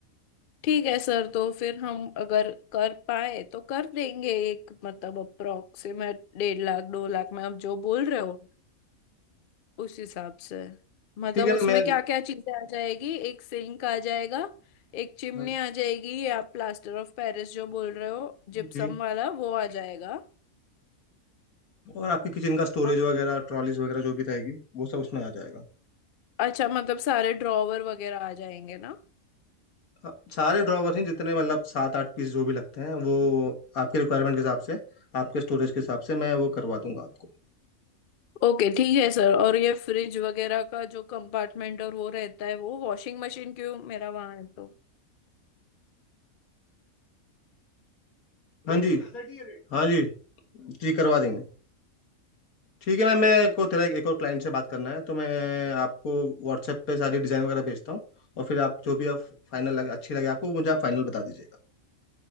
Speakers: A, on the left; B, on the left.
A: ठीक है सर तो फिर हम अगर कर पाए तो कर देंगे एक मतलब अप्रोक्सीमेट डेढ़ लाख दो लाख में आप जो बोल रहे हो उस हिसाब से मतलब
B: ठीक है
A: उसमें
B: ना मैं
A: क्या क्या चीजें आ जाएगी एक सिंक आ जाएगा एक चिमनी
B: हाँ
A: आ जाएगी ये आप प्लास्टर ऑफ पेरिस जो बोल रहे हो जिप्सम
B: जी
A: वाला वो आ जाएगा
B: और आपकी किचन का स्टोरेज
A: और-
B: वगैरह ट्रॉलीज वगैरह जो भी रहेगी वो सब उसमें आ जाएगा
A: अच्छा मतलब सारे ड्रॉवर वगैरह आ जाएंगे ना
B: हाँ, सारे ड्रॉवर्स हैं जितने मतलब सात आठ पीस जो भी लगते हैं वो आपके रिक्वायरमेंट के हिसाब से आपके स्टोरेज के हिसाब से मैं वो करवा दूंगा आपको
A: ओके ठीक है सर और ये फ्रिज वगैरह का जो कंपार्टमेंट और वो रहता है वो वॉशिंग मशीन क्यों मेरा वहां है तो
B: हाँ जी हाँ जी जी करवा देंगे ठीक है मैम मैं को तेरा एक और क्लाइंट से बात करना है तो मैं आपको व्हाट्सएप पे सारी डिज़ाइन वगैरह भेजता हूँ और फिर आप जो भी आप फाइनल लगे अच्छी लगे आपको मुझे आप फाइनल बता दीजिएगा